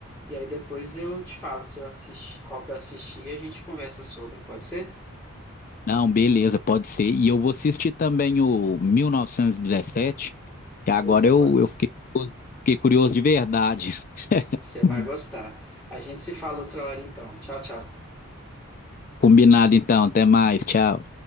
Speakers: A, in the centre; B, on the left.
A: e aí depois eu te falo se eu assisti, qual que eu assisti e a gente conversa sobre, pode ser?
B: Não, beleza, pode ser. E eu vou assistir também o 1917, que agora
A: Pois é,
B: eu,
A: pode,
B: eu fiquei, fiquei curioso de verdade.
A: você
B: <laughs>
A: vai gostar. A gente se fala outra hora então. Tchau, tchau.
B: Combinado então, até mais, tchau.